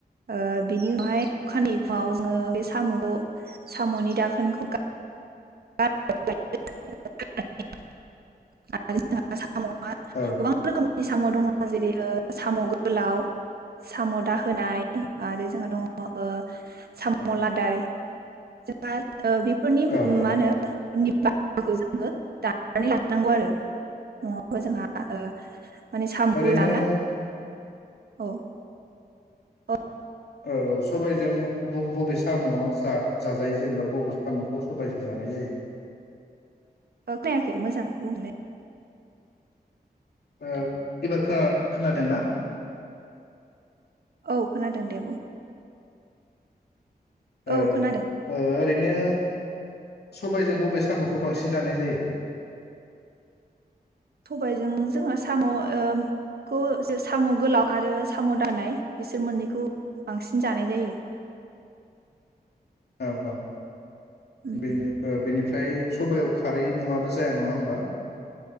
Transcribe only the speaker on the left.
औ
औ
औ औ
ओरैनो
औ सबायजों बबे साम'आ जा-जाजायो जेनेबा बबे साम'खौ? सबाय जों जाना जायो?
ओ एबार खो-खोनादोंना?
ओ
ओ ओरैनो सबायजों बबे साम'खौ बांसिन जानाय जायो?
औ औ
बे ओ बेनिफ्राय सबायाव खारै नङाबा जाया नङा होमबा?